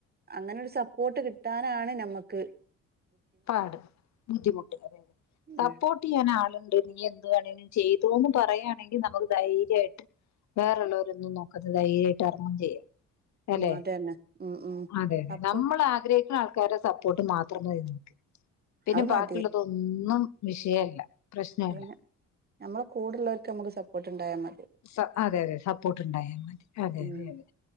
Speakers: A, on the right (about 30°); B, on the left (about 65°).
A: അങ്ങനൊരു സപ്പോട്ട് കിട്ടാനാണ് ഞമ്മക്ക്
B: പാട് ബുദ്ധിമുട്ട് അതെ അതെ
A: ഉം
B: <unintelligible> ടിയ്യാനാള്ണ്ടങ്കി നീ എന്ത്‌ വേണെങ്കിലും ചെയ്തോന്ന് പറയ്യാണെങ്കി നമക്ക് ധൈര്യായിട്ട് വേറെള്ളോരൊന്നും നോക്കതെ ധൈര്യായിട്ട് അറങ്ങും ചെയ്യാ അല്ലെ
A: ഉം അതന്നെ ഉം ഉം
B: അതെ അതെ
A: സപ്പോ
B: നമ്മള് ആഗ്രഹിക്ക്ണ ആൾക്കാരെ സപ്പോട്ട് മാത്രം മതി പിന്നെ
A: അത് മതി
B: ബാക്കിള്ളതൊന്നും വിഷയല്ല പ്രശ്നമല്ല
A: അതെന്നെ ഞമ്മളെ കൂടുള്ളോൽക്ക് നമ്മക്ക് സപ്പോട്ട് ഇണ്ടായാ മതി
B: സ അതെ അതെ സപ്പോട്ട് ഇണ്ടായ മതി അതെ
A: ഉം
B: അതെ അതെ